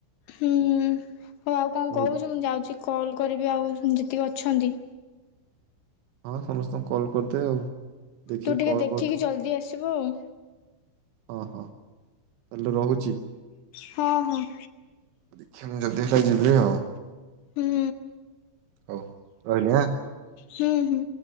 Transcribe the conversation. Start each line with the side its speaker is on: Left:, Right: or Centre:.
Left: ହୁଁ ହୋଉ ଆଉ କଣ
Right: ହଉ
Left: କହୁଚୁ ମୁଁ ଯାଉଚି। କଲ୍ କରିବି ଆଉ ଯେତିକି ଅଛନ୍ତି।
Right: ହଁ ସମସ୍ତଙ୍କୁ କଲ୍ କରିଦେ ଆଉ। ଦେଖିକି
Left: ତୁ ଟିକେ
Right: କଲ୍
Left: ଦେଖିକି
Right: କରିଥିବୁ।
Left: ଜଲ୍ଦି ଆସିବୁ ଆଉ।
Right: ହଁ ହଁ ତାହେଲେ ରହୁଚି।
Left: ହଁ ହଁ।
Right: ଦେଖିବା ମୁ ଜଲ୍ଦି ତ ଯିବି ଆଉ।
Left: ହୁଁ
Right: ହଉ ରହିଲି ଆଁ।
Left: ହୁଁ ହୁଁ